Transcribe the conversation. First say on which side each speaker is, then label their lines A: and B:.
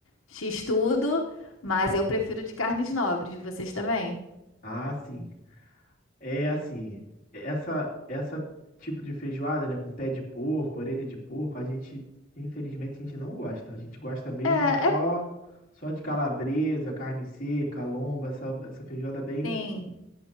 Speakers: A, on the left; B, on the left.
A: X tudo, mas eu prefiro de carnes nobres, vocês também?
B: Ah, sim. É assim, essa essa tipo de feijoada, né, com pé de porco, orelha de porco, a gente, infelizmente, a gente não gosta. A gente gosta mesmo
A: É,
B: só
A: é
B: só de calabresa, carne seca, lomba, essa essa feijoada bem
A: sim,